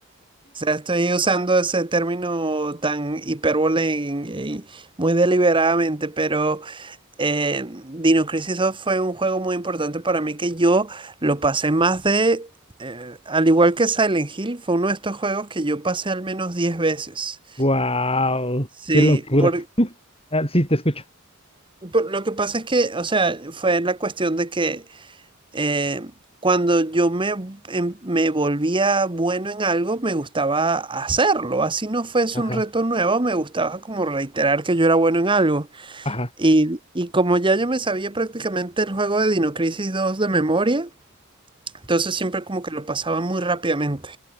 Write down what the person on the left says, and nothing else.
¡Wow!
¡Qué locura!
Tú- ah, sí, te escucho.
Ajá,
ajá.